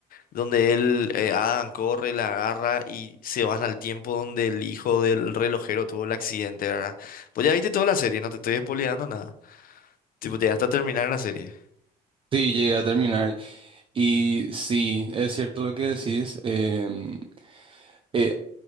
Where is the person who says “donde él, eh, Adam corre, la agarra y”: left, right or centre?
Left